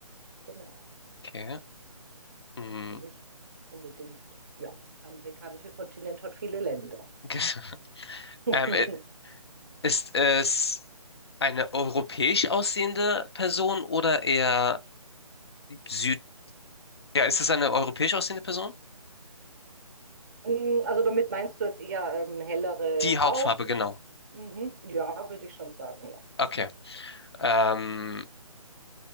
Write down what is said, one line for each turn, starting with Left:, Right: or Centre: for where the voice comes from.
Right: Genau.
Left: Okay. Mm,
Right: Also nicht unbedingt. Ja, der amerikanische Kontinent hat viele Länder.
Left: <laughs>
Right: <laughs>
Left: Ähm, i- ist es eine europäisch aussehende Person oder eher Süd... Ja, ist es eine europäisch aussehende Person?
Right: Mm, Also damit meinst du jetzt eher ähm, hellere
Left: Die Hautfarbe,
Right: Haut?
Left: genau.
Right: Mhm. Ja, würde ich schon sagen, ja.
Left: Okay. Ähm,